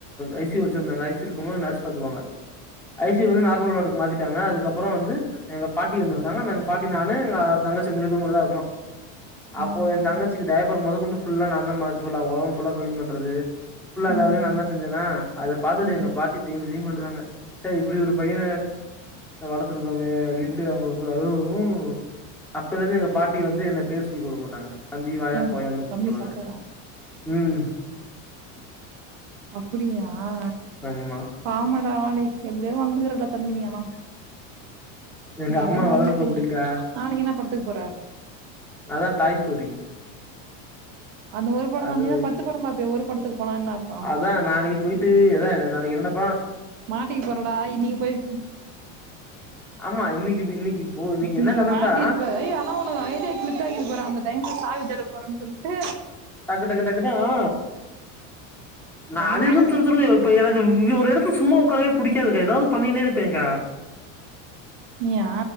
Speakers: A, in the centre; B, on the right.
A: ஐ சி யூ ல வச்சிருந்தாங்க ஐ சி யூ ல இருக்கும்போது நர்ஸ் பார்த்துக்கோங்க ஐசியூ வந்து நார்மல் வாடுக்கு மாதிரி த்திடாங்க அதுக்கு அப்புறோ வந்து எங்க பாட்டி வந்துருந்தாங்கங்க பாட்டி நானு அ தங்கச்சி மூணு பேரு மட்டு தா இருந்தோ அப்போ
B: ம்
A: என் தங்கச்சிக்கிட்ட முதகொண்டு ஃபுல்லா நா தா <unintelligible> ஒடம்பு ஃபுல்லா கிளீன் பண்றது ஃபுல்லா எல்லா
B: ம்
A: வேலையு
B: ம்
A: நா தா செஞ்சேனா அத பார்த்துட்டு
B: ம்
A: எங்க பாட்டி தே ஃபீல்பன்னாங்க ச இப்டி ஒரு பைய வளர்த்துருக்கோமே அப்டின்ட்டு அவங்க <unintelligible> ம் அப்பைலஇருந்தே எங்க பாட்டி வந்து என்ன பேரு சொல்லி குப்ட மாட்டாங்க தம்பி வாயா
B: ஏங்க
A: போயானு தா
B: தம்பி
A: கூடுவாங்க
B: சாப்ட்டானா
A: ம்
B: அப்டியா ஆ
A: ஆமா
B: ஆமாடா <unintelligible> எம் இப்டியே வாழ்ந்துக்குறட தம்பி னி ஆனா
A: எங்க
B: ஏதோ
A: அம்மா
B: வாழ்ந்துட்டு
A: வளர்ப்பு அப்டிக்கா
B: போய் நாளைக்கு என்ன படத்துக்கு போற
A: அதா தாய் ஸ்டோரி
B: அந்த ஒரு படம்
A: அது
B: தான நீதா பத்து படம் பாப்பியே ஒரு படத்துக்கு போனா என்ன அர்த்தோ
A: அதா நாளைக்கு போயிட்டு ஏதா நாளைக்கு என்னடா
B: மாட்டிக்க போறடா இன்னைக்கு போய்
A: ஆமா இன்னைக்கு இன்னைக்கு போ இன்னைக்கு
B: இன்னக்கி
A: என்ன கதன்டா
B: மாட்டிருப்ப ஆனா உனக்கு ஐடியா கிளிக் ஆகிட்டு போல அந்த டைம்ல சாவி தேட போறேன்னு சொல்ட்டு
A: டக்கு டக்கு டக்ககுன்ட்டு ஆ நா
B: நல்லா
A: அதுஎது துரு துருன்னு இருபன் எனக்கு ஒரு எடத்துல சும்மா உட்காரவே புடிக்காது ஏதாவது பண்ணினே இருப்பேங்கா
B: நீயா